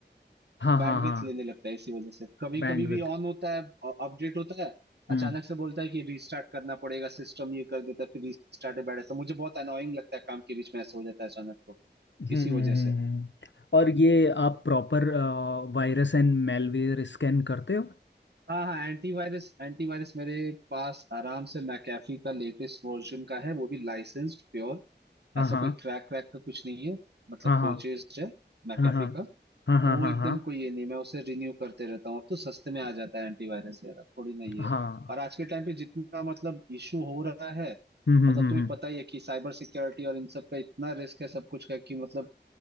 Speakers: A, on the left (about 80°); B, on the right (about 65°).
A: हाँ
B: बैंडविथ
A: हाँ हाँ
B: लेने लगता है इसी वजह से कभी
A: बैंडविथ
B: कभी भी ऑन होता है अपडेट होता है
A: हम्म
B: अचानक से बोलता है कि रीस्टार्ट करना पड़ेगा सिस्टम ये कर देता है फिर रीस्टार्ट में बैठ जाता है। मुझे बहुत अनोइंग लगता है काम के बीच में ऐसा हो जाता है अचानक तो
A: हम्म
B: इसी
A: हम्म,
B: वजह से
A: हम्म। और ये आप proper virus and malware scan करते हो
B: हाँ हाँ एंटीवायरस एंटीवायरस मेरे पास आराम से मैकेफी का लेटेस्ट वर्जन का है वो भी लाइसेंस्ड प्योर
A: हाँ
B: ऐसा
A: हाँ
B: कोई क्रैक क्रैक का कुछ नहीं है मतलब
A: हाँ हाँ
B: परचेज है मैकेफी
A: हाँ हाँ
B: का
A: हाँ हाँ
B: तो वो
A: हाँ
B: एकदम
A: हाँ
B: कोई ये नहीं मैं उसे रिन्यू करते रहता हूँ अब तो सस्ते में आ जाता है एंटीवायरस यार अब थोड़ी नहीं है
A: हाँ
B: और आज के टाइम पे जितना मतलब इशू हो रहा है
A: हम्म
B: मतलब
A: हम्म
B: तुम्हें
A: हम्म
B: पता ही है कि साइबर सिक्योरिटी और इन सब का इतना रिस्क है सब कुछ का कि मतलब